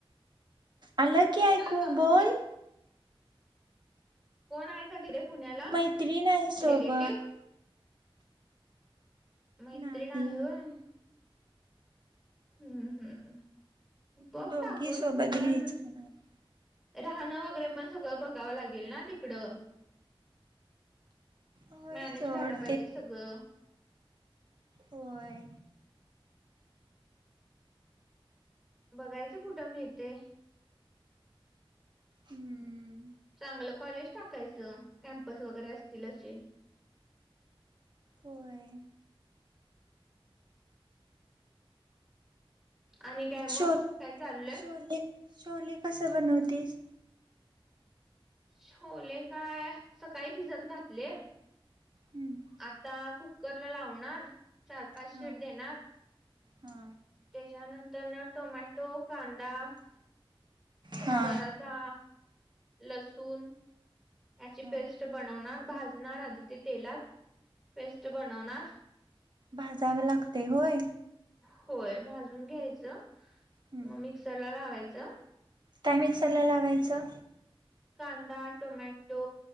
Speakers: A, on the right (about 50°); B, in the centre.
A: आलं की ऐकू
B: का म्हणतेस
A: बोल
B: कोण आहे का तिथे पुण्याला
A: मैत्रीण आहे सोबत.
B: रिलेटिव्ह मैत्रिण
A: नाही
B: आहे वय हम्म हम्म हम् बघ
A: दोघी
B: टाकून
A: सोबत
B: पण
A: घ्यायचं म्हणाले.
B: राहणं वगैरे पण सगळं बघावं लागेल ना तिकडं
A: होय
B: मॅनेज
A: सोड
B: व्हायला पाहिजे सगळं
A: वय
B: बघायचं कुठं मी इथे
A: हम्म
B: चांगलं कॉलेज टाकायचं कॅम्पस वगैरे असतील असे
A: होय
B: आणि काय मग
A: शो
B: काय चाललंय
A: ोले ोले कस बनवतेस
B: छोले काय सकाळी भिजत घातले
A: हम्म
B: आता कुकर ला लावणार चार पाच
A: हा
B: शीड देणार
A: हा
B: त्याच्यानंतर न टोमॅटो कांदा
A: हा
B: जरासा लसूण याची
A: हा
B: पेस्ट बनवणार भाजणार आधी ते तेलात पेस्ट बनवणार
A: भाजावं लागतेय होय
B: होय! भाजून घ्यायचं,
A: हम्म
B: म मिक्सरला लावायचं
A: काय मिक्सरला लावायचं?
B: कांदा, टोमॅटो